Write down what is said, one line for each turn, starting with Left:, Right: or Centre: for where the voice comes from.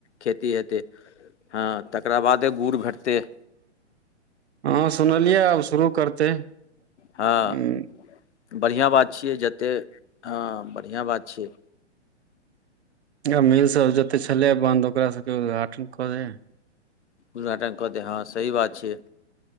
Left: खेती हेते हँ तकरा बादे गुड़ भेटतेय।
Right: हँ सुनलियै आब शुरू करतैय हु।
Left: हँ बढ़िआँ बात छियै जते हँ बढ़िआँ बात छियै।
Right: मिल सब जते छल ह बन्द ओकरा सबके उद्घाटन कर दै।
Left: उद्घाटन कऽ दे हँ सही बात छियै